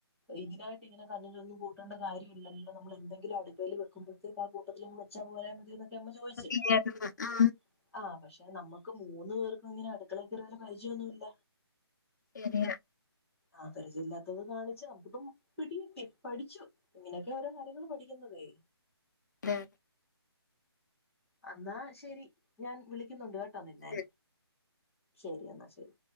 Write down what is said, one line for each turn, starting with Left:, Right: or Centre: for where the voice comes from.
Centre: ഇതിനായിട്ട് ഇങ്ങനെ കനലൊന്നും കൂട്ടേണ്ടകാര്യല്ലല്ലോ നമ്മളന്തങ്കിലും അടുപ്പയിൽ വെക്കുമ്പോഴ്തേക്ക് കൂട്ടത്തില് <unintelligible> ൻ്റെമ്മ ചോദിച്ചുആ
Left: അതൊക്കെയായിരുന്നു ആ
Centre: പക്ഷെ നമ്മക്ക് മൂന്ന പേർ ക്കളിങ്ങനെ അടുക്കളേക്കേറി ഒര് പരിചയൊന്നുല്ല
Left: ശെരിയാ
Centre: ആഹ് പരിചയല്ലാത്തത് കാണിച്ചാ നമുക്കിപ്പം പിടി കിട്ടി പഠിച്ചു ഇങ്ങനൊക്കെ ഓരോ കാര്യങ്ങൾ പഠിക്കുന്നതേ
Left: തെ
Centre: അ ന്നാ ശരി ഞാൻ വിളിക്കുന്നുണ്ട് കേട്ടോ നിന്നെ
Left: അതെ
Centre: ശരി എന്നാ ശരി